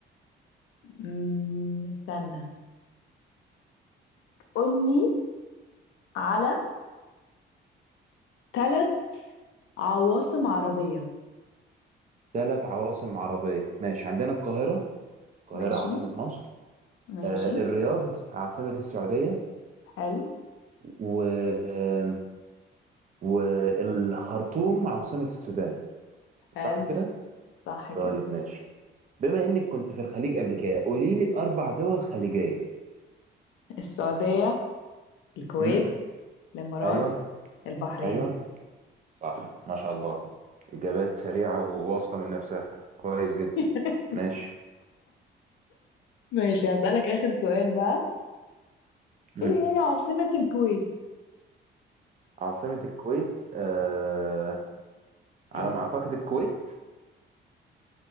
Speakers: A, on the left; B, on the right.
A: م- استنى قول لي على ثلاث عواصم عربية
B: ثلاث عواصم عربية ماشي عندنا القاهرة القاهرة
A: ماشي
B: عاصمة مصر
A: ماشي
B: آه الرياض عاصمة السعودية
A: حلو
B: و آم، والخرطوم عاصمة السودان
A: حلو
B: صح كده
A: صح
B: طيب
A: كده
B: ماشي بما انك كنت في الخليج قبل كده قولي لي اربع دول خليجية
A: السعودية الكويت
B: امم
A: الإمارات
B: ايوه
A: البحرين
B: ايوه صح ما شاء الله اجابات سريعه وواثقه من نفسها كويس جدا
A: <laughs>
B: ماشي
A: ماشي هسألك آخر سؤال بقى
B: مم.
A: إيه هي عاصمة الكويت؟
B: عاصمه الكويت آه على
A: <laughs>
B: ما اعتقد الكويت